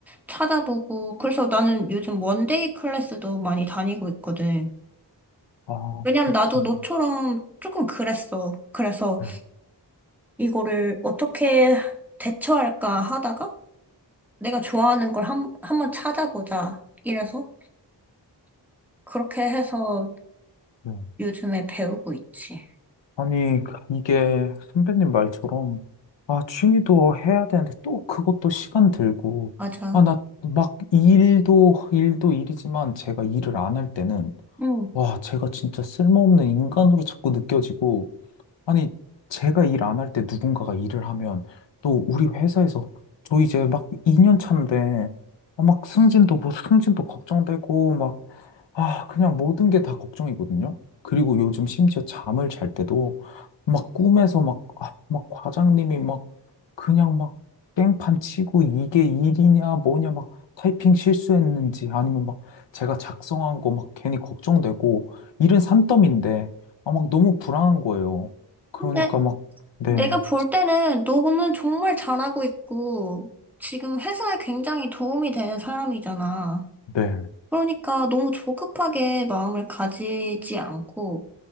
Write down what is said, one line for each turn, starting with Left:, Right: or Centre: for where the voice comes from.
Centre: 찾아보고 그래서 나는 요즘 원데이 클래스도 많이 다니고 있거든.
Left: 아,
Centre: 왜냐면
Left: 그렇구나.
Centre: 나도 너처럼 조금 그랬어. 그래서
Left: 네,
Centre: 이거를 어떻게 대처할까 하다가 내가 좋아하는 걸 한, 한번 찾아보자. 이래서 그렇게 해서
Left: 네.
Centre: 요즘에 배우고 있지.
Left: 아니 이게 선배님 말처럼 아, 취미도 해야 되는데 또 그것도 시간 들고
Centre: 맞아.
Left: 아, 나 막 일도 일도 일이지만 제가 일을 안 할 때는
Centre: 응.
Left: 와, 제가 진짜 쓸모없는 인간으로 자꾸 느껴지고, 아니, 제가 일 안할 때 누군가가 일을 하면 또 우리 회사에서 저 이제 막 2년 차인데 아, 막 승진도 뭐 승진도 걱정되고 막 아, 그냥 모든 게 다 걱정이거든요. 그리고 요즘 심지어 잠을 잘 때도 막 꿈에서 막, 아, 막 과장님이 막 그냥 막 깽판 치고 이게 일이냐 뭐냐 막 타이핑 실수했는지 아니면 막 제가 작성한 거 막 괜히 걱정되고 일은 산더미인데 아, 막 너무 불안한 거예요. 그러니까
Centre: 근데
Left: 막, 네,
Centre: 내가 볼 때는 너는 정말 잘하고 있고, 지금 회사에 굉장히 도움이 되는 사람이잖아.
Left: 네.
Centre: 그러니까 너무 조급하게 마음을 가지지 않고,